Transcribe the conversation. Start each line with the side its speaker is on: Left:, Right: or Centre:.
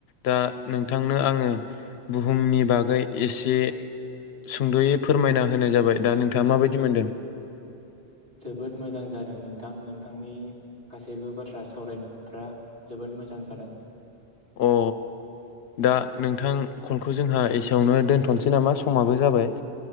Left: दा नोंथांनो आङो बुहुमनि बागै एसे सुंद'यै फोरमायना होनाय जाबाय दा नोंथाङा माबायदि मोनदों?
Right: जोबोद मोजां जादों नोंथां नोंथांनि गासैबो बाथ्रा सावरायनायफ्रा जोबोद मोजां जादों।
Left: अ दा नोंथां कलखौ जोंहा एसेयावनो दोनथ'नोसै नामा समाबो जाबाय।